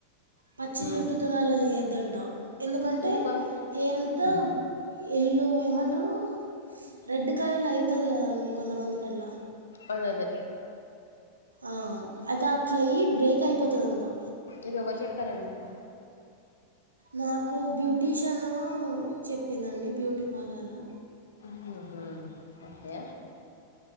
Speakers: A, on the right; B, on the left.
A: పచ్చి
B: ఉమ్
A: జుట్టుతోని అలా చేయొద్దంట ఎందుకంటే
B: ఎందుకు
A: హెయిర్ అంతా
B: ఉమ్
A: ఎల్లో ఏమంటరు రెడ్ కలర్ల అయితది కదా అండి కొంతమందికి అట్లా
B: అదదే
A: ఆ అయితే అట్లయి బ్రేక్ అయిపోతదంటా
B: ఇది ఎవరు చెప్పారండి మీకు
A: నాకు బ్యూటీషియను చెప్పిందండి బ్యూటీ పార్లర్లో
B: ఆహా ఓకే